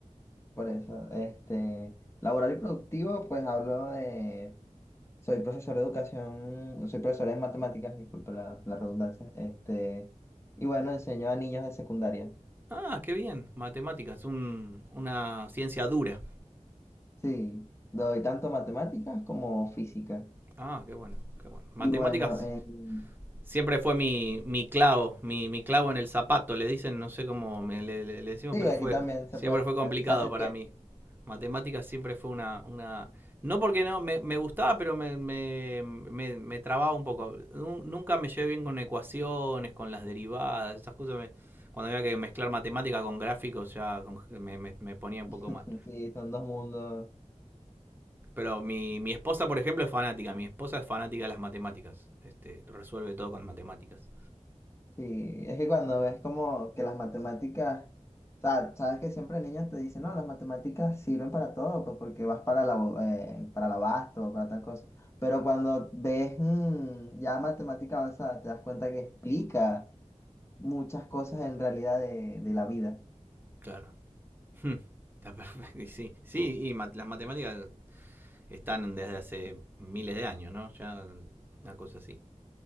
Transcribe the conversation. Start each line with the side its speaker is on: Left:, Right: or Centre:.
Left: por eso, este, laboral y productivo, pues hablo de, soy profesor de educación, soy profesor de matemáticas, disculpa la, la redundancia, este, y bueno, enseño a niños de secundaria.
Right: Ah, qué bien. Matemáticas, un- una ciencia dura.
Left: Sí, doy tanto matemáticas como física.
Right: Ah, qué bueno, qué bueno. Matemáticas
Left: Y bueno, en-
Right: Siempre fue mi, mi clavo, mi, mi clavo en el zapato, le dicen, no sé cómo me, le, le- decimos,
Left: sí,
Right: pero
Left: aquí
Right: fue
Left: también se
Right: siempre
Left: puede,
Right: fue complicado
Left: así se hace
Right: para mí. Matemáticas siempre fue una... una... No porque no, me, me gustaba, pero me, me, me- me trababa un poco. Nunca me llevé bien con ecuaciones, con las derivadas, esas cosas. me- Cuando había que mezclar matemáticas con gráficos ya me, me- me ponía un
Left: <laughs>
Right: poco mal.
Left: Sí, son dos mundos.
Right: Pero mi, mi esposa, por ejemplo, es fanática. Mi esposa es fanática de las matemáticas. Este, resuelve todo con matemáticas.
Left: Sí, es que cuando ves como que las matemáticas, o sea, sabes que siempre niños te dicen, no, las matemáticas sirven para todo, pues porque vas para la, bo- eh, para el abasto, para tal cosa. Pero cuando ves mm, ya matemática avanzada, te das cuenta que explica muchas cosas en realidad de, de la vida.
Right: Claro. Hmm, Está <laughs> perfecto. Y sí, sí, y ma- las matemáticas están desde hace miles de años, ¿no? Ya una cosa así,